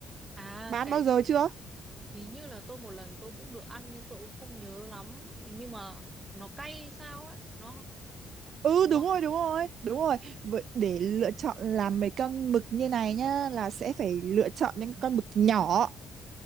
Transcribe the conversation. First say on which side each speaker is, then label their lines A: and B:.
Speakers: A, on the right (about 25°); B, on the right (about 65°).
A: à
B: bán
A: cái
B: bao giờ chưa
A: hình như là tôi một lần tôi cũng được ăn nhưng tôi cũng không nhớ lắm nhưng mà nó cay sao ấy nó
B: ừ
A: đúng
B: đúng
A: không
B: rồi đúng rồi đúng rồi Vậy để lựa chọn làm mấy con mực như này nhá là sẽ phải lựa chọn những con mực nhỏ